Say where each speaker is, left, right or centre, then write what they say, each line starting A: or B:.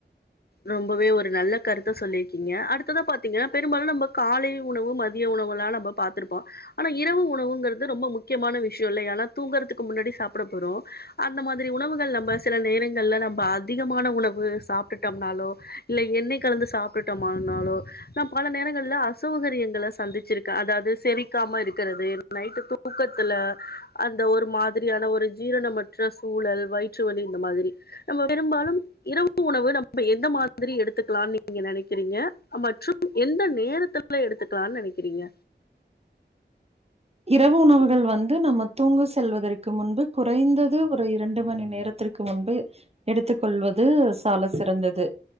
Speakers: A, on the left (about 55°); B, on the right (about 35°).
A: ரொம்பவே ஒரு நல்ல கருத்தை சொல்லியிருக்கீங்க அடுத்ததான் பா்த்தீங்கன்னா பெரும்பாலும் நம்ம காலை உணவு மதிய உணவு லாம் நம்ம பாத்ருப்போம் ஆனா இரவு உணவுங்கிறது ரொம்ப முக்கியமான விஷயம் இல்லை ஏன்னா தூங்குறதுக்கு முன்னாடி சாப்பிட போறோம் அந்த மாரி உணவுகள் நம்ம சில நேரங்கள்ல நம்ம அதிகமான உணவு சாப்பிட்டு ட்டம் நாளோ இல்ல எண்ணெய் கலந்து சாப்டுட்டோம் ஆனாலோ நான் பல நேரங்களல அசௌகரியங்கள சந்திச்சிருக்கேன் அதாவது செரிக்காம இருக்கிறது நைட்டு தூக்கத்துல அந்த ஒரு மாதிரியான ஒரு ஜீரணமற்ற சூழல் வயிற்று வலி இந்த மாதிரி நம்ம பெரும்பாலும் இரவு உணவு நம்ம இந்த மாதிரி எடுத்துக்கலாம்னு நீங்க நினைக்கிறீங்க மற்றும் எந்த நேரத்துல எடுத்துக்கலானு நினைக்கிறீங்க
B: இரவு உணவுகள் வந்து நம்ம தூங்க செல்வதற்கு முன்பு குறைந்தது ஒரு இரண்டு மணி நேரத்திற்கு முன்பு எடுத்துக்கொள்வது சால சிறந்தது